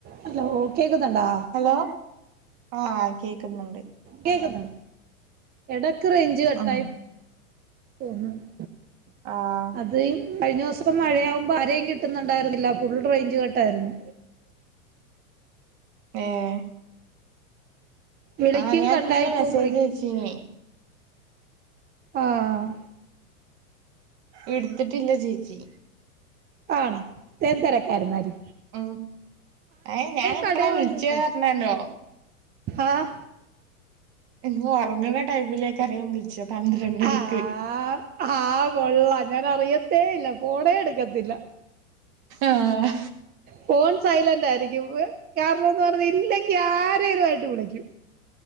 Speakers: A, on the right; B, on the right.
A: Hello കേക്കുന്നുണ്ടാ
B: hello ആ കേക്കുന്നുണ്ട്
A: കേക്കുന്നോ എടക്ക് റേഞ്ച് കട്ടായിപോകുന്നുണ്ട്
B: ആഹ് ആഹ്
A: അതെ കഴിഞ്ഞുസം മഴയാകുമ്പോ ആരേം കിട്ടുന്നുണ്ടായിരുന്നില്ല ഫുൾ റേഞ്ച് കട്ടായിരുന്നു
B: ഏഹ്
A: വിളിക്കും
B: ആഹ് ഞാൻഇന്നലെ
A: കട്ടായി
B: മെസ്സേജ്
A: പോവും വിളിക്കും
B: അയച്ചീന്നുയ്
A: ആഹ്
B: ഇട്ത്തിട്ടില്ല ചേച്ചി
A: ആണോ ഞാൻ തെരക്കായിരുന്നാരി
B: ഉ അയ്ൻ ഞാനെപ്പളാ
A: കടേ
B: വിളിച്ച്
A: വന്നില്ലേ
B: പറഞ്ഞേരനോ
A: ആഹ്
B: എന്നും ഒറങ്ങ്ണ ടൈമിലേക്കാരം ഞാം വിളിച്ചത് പന്ത്രണ്ടണിക്ക്
A: ആഹ് ആഹ് കൊള്ളാം ഞാൻ അറിയത്തേ ഇല്ല ഫോണേ എടുക്കത്തില്ല
B: ആഹ്
A: ഫോൺ സൈലന്റായിയിരിക്കും കാരണംന്ന് പറഞ്ഞ ഇല്ലെങ്കി ആരേലുആയിട്ട് വിളിക്കും